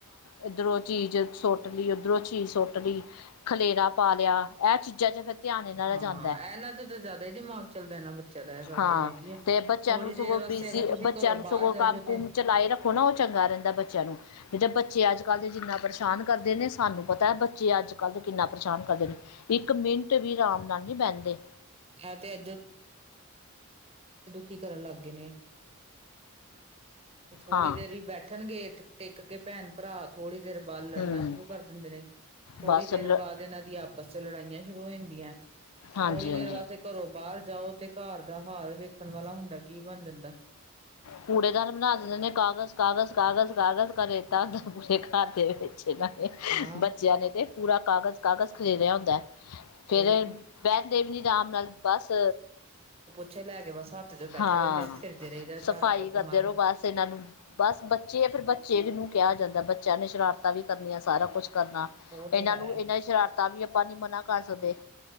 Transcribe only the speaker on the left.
ਇੱਧਰੋਂ ਚੀਜ਼ ਸੁੱਟ ਲਈ ਉੱਧਰੋਂ ਚੀਜ਼ ਸੁੱਟ ਲਈ ਖਲੇਰਾ ਪਾ ਲਿਆ ਇਹ ਚੀਜ਼ਾਂ ਚ ਫਿਰ ਧਿਆਨ ਇਹਨਾਂ
ਦਾ ਜਾਂਦਾ
ਹਾਂ
ਤੇ ਬੱਚਿਆਂ
ਨੂੰ ਸਗੋਂ
ਬਿਜ਼ੀ
ਬੱਚਿਆਂ
ਨੂੰ
ਸਗੋਂ
ਕੰਮ
ਕੁਮ
ਚਲਾਏ ਰੱਖੋ ਨਾ ਉਹ ਚੰਗਾ ਰਹਿੰਦਾ ਬੱਚਿਆਂ ਨੂੰ ਨਹੀਂ ਤਾਂ ਬੱਚੇ ਅੱਜ ਕੱਲ ਦੇ ਜਿੰਨਾ ਪਰੇਸ਼ਾਨ ਕਰਦੇ ਨੇ ਸਾਨੂੰ ਪਤਾ ਬੱਚੇ ਅੱਜ ਕੱਲ ਤੇ ਕਿੰਨਾ ਪਰੇਸ਼ਾਨ ਕਰਦੇ ਨੇ ਇੱਕ ਮਿੰਟ ਵੀ ਰਾਮ ਨਾਲ ਨੀ ਬਹਿੰਦੇ
ਹਾਂ
ਹੂੰ
ਬਸ
ਲ
ਹਾਂਜੀ
ਹਾਂਜੀ
ਕੂੜੇਦਾਨ ਬਣਾ ਦਿੰਦੇ ਨੇ ਕਾਗਜ਼ ਕਾਗਜ਼ ਕਾਗਜ਼ ਕਾਗਜ਼ ਘਰੇ ਤੱਸਦਾ ਪੂਰੇ ਘਰ ਦੇ ਵਿੱਚ ਨੇ
ਬੱਚਿਆਂ ਨੇ ਤੇ ਪੂਰਾ ਕਾਗਜ਼ ਕਾਗਜ਼ ਖਰੀਦਿਆ ਹੁੰਦਾ ਹੈ ਫਿਰ
ਵੈਸ਼ਨੋ ਦੇਵੀ ਰਾਮ ਨਾਲ ਬਸ
ਹਾਂ
ਸਫਾਈ
ਕਰਦੇ
ਰਹੋ ਬਸ ਇਹਨਾਂ ਨੂੰ ਬਸ ਬੱਚੇ ਆ ਫਿਰ ਚੇ ਨੂੰ ਕਿਹਾ ਜਾਂਦਾ ਬੱਚਿਆਂ ਨੇ ਸ਼ਰਾਰਤਾਂ ਵੀ ਕਰਨੀਆਂ ਸਾਰਾ ਕੁਛ ਕਰਨਾ
ਇਹਨਾਂ
ਨੂੰ ਇਹਨਾਂ ਦੀ ਸ਼ਰਾਰਤਾਂ ਵੀ ਆਪਾਂ ਨੀ ਮਨਾ ਕਰ ਸਕਦੇ